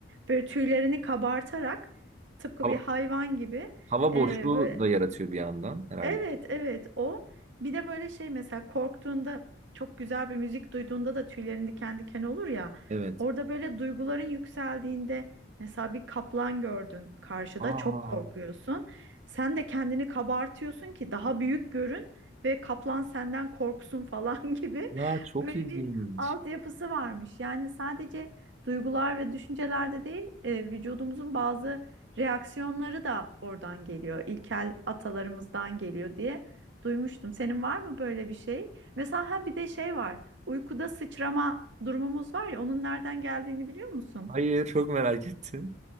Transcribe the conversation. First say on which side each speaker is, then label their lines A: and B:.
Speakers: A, on the right; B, on the right.
A: böyle tüylerini kabartarak tıpkı
B: Hava,
A: bir hayvan gibi
B: hava
A: e,
B: boşluğu
A: böyle
B: da yaratıyor bir yandan herhalde.
A: Evet, evet o. Bir de böyle şey mesela korktuğunda çok güzel bir müzik duyduğunda da tüylerin diken diken olur ya.
B: Evet.
A: Orada böyle duyguların yükseldiğinde mesela bir kaplan gördün karşıda
B: Aa,
A: çok korkuyorsun. Sen de kendini kabartıyorsun ki daha büyük görün ve kaplan senden korksun falan <laughs> gibi
B: ya çok
A: böyle
B: ilginç.
A: bir altyapısı varmış. Yani sadece duygular ve düşüncelerde değil, e, vücudumuzun bazı reaksiyonları da oradan geliyor. İlkel atalarımızdan geliyor diye duymuştum. Senin var mı böyle bir şey? Mesela ha bir de şey var. Uykuda sıçrama durumumuz var ya onun nereden geldiğini biliyor musun?
B: Hayır, çok merak ettim.